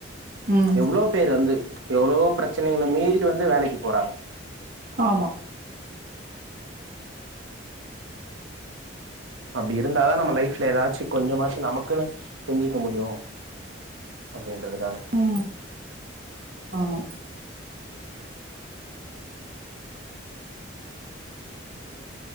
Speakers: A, on the right; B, on the right.
A: ம்
B: எவ்ளோ பேரு வந்து எவ்ளோ பிரச்சனைகளை மீறி வந்து வேலைக்கு போறாங்க
A: ஆமா
B: அப்டி இருந்தாதா நம்ம லைஃப்ல எதாச்சு கொஞ்சமாச்சு நமக்குன்னு செஞ்சுக்க முடியு அப்டின்றது
A: உம் ஆமா